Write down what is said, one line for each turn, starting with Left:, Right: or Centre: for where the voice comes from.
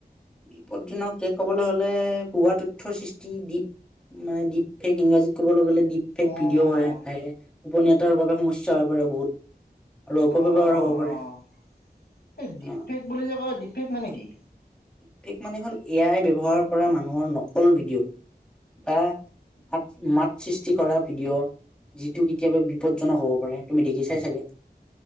Centre: বিপদ দিনৰ শেষ হবলৈ হলে পুৱা তথ্যৰ সৃষ্টি দ্বীপ মানে দ্বীপ ফেক ইংৰাজীত ক'বলৈ গ'লে দ্বীপ।
Left: অ'
Centre: ভিডিঅ' আহি থাকে, গুপনীয়তা বাবে সমস্যা হৈ পৰে বহুত। আৰু অপব্যৱহাৰ
Left: অ', অ',
Centre: হব
Left: অ',
Centre: পাৰে,
Left: অ'। এই ডিফেক্ট
Centre: অঁ।
Left: বুলি যে কলে ডিফে্ট মানে কি?
Centre: দ্বীপ মানে হল এ আই ব্যৱহাৰ কৰা মানুহৰ নকল ভিডিঅ'। আ- মাত, মাত সৃষ্টি কৰা ভিডিঅ'। যিটো কেতিয়াবা বিপদজনক হ'ব পাৰে, তুমি দেখিছাই চাগে।